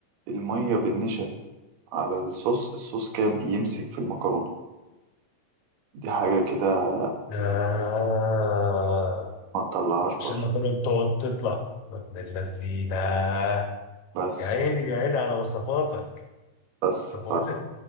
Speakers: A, on the right (about 65°); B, on the left (about 70°).
A: المية بالنشا على الصوص الصوص كده بيمسك في المكرونة دي حاجة كده
B: آه
A: ما تطلعهاش
B: مش
A: بره
B: المكرونة بتقعد تطلع من اللذينة
A: بس
B: يا عيني يا عيني على وصفاتك
A: بس
B: طب
A: ف...
B: اقول لك